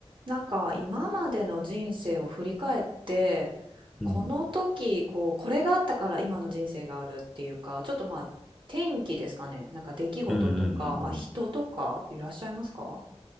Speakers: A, on the right (about 50°); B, in the centre.
A: なんか今までの人生を振り返ってこの時こうこれがあったから今の人生があるっていうかちょっとまあ天気ですかねなんか出来事とか、
B: うん。うんうんうんうん。
A: まあ、人とかいらっしゃいますか